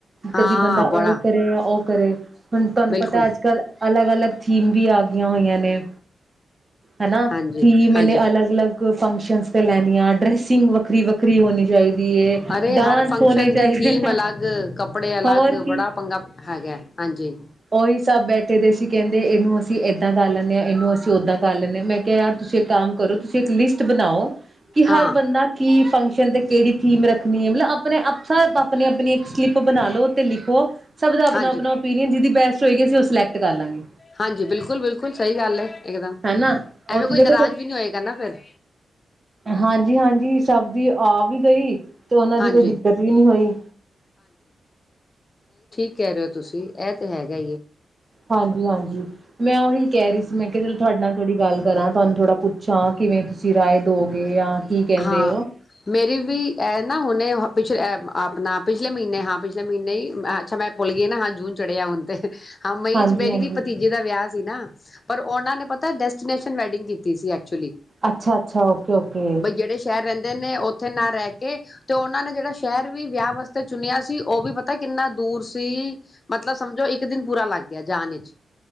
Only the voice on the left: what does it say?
ਹਾਂ
ਬੜਾ
ਬਿਲਕੁਲ
ਹਾਂਜੀ
ਹਾਂਜੀ
ਅਰੇ
ਹਰ ਫੰਕਸ਼ਨ
ਦੇ ਥੀਮ
ਅਲੱਗ ਕੱਪੜੇ ਅਲੱਗ
ਬੜਾ ਪੰਗਾ ਹੈਗਾ ਹਾਂਜੀ
ਹਾਂ
ਹਾਂਜੀ
ਹਾਂਜੀ ਬਿਲਕੁਲ ਬਿਲਕੁਲ ਸਹੀ ਗੱਲ ਇਕਦਮ
ਐਵੇਂ
ਕੋਈ
ਨਾਰਾਜ਼
ਵੀ ਨੀ ਹੋਏ ਕਹਿੰਦਾ ਫਿਰ
ਹਾਂਜੀ
ਕੀ ਕਹਿ ਰਹੇ ਹੋ ਤੁਸੀਂ ਇਹ ਤੇ ਹੈਗਾ
ਹਾਂ
ਮੇਰੀ ਵੀ ਇਹ ਨਾ ਹੁਣੇ ਪਿੱਛੇ ਆਪਣਾ ਪਿਛਲੇ ਮਹੀਨੇ ਹਾਂ ਪਿਛਲੇ ਮਹੀਨੇ ਹੀ ਅੱਛਾ ਮੈਂ ਭੁੱਲ ਗਈ ਨਾ ਹਾਂ ਜੂਨ ਚੜਿਆ ਹੁਣ ਤੇ ਹਾਂ ਮਈ
'ਚ ਮੇਰੀ
ਵੀ ਭਤੀਜੇ ਦਾ ਵਿਆਹ ਸੀ ਨਾ ਪਰ ਉਹਨਾਂ ਨੇ ਪਤਾ ਡੈਸਟੀਨੇਸ਼ਨ ਵੈਡਿੰਗ ਕੀਤੀ ਸੀ ਐਕਚੁਲੀ
ਬਈ ਜਿਹੜੇ ਸ਼ਹਿਰ ਰਹਿੰਦੇ ਨੇ ਉੱਥੇ ਨਾ ਰਹਿ ਕੇ ਤੇ ਉਹਨਾਂ ਨੇ ਜਿਹੜਾ ਸ਼ਹਿਰ ਵੀ ਵਿਆਹ ਵਾਸਤੇ ਚੁਣਿਆ ਸੀ ਉਹ ਵੀ ਪਤਾ ਕਿੰਨਾ ਦੂਰ ਸੀ ਮਤਲਬ ਸਮਝੋ ਇੱਕ ਦਿਨ ਪੂਰਾ ਲੱਗ ਗਿਆ ਜਾਣ ਵਿਚ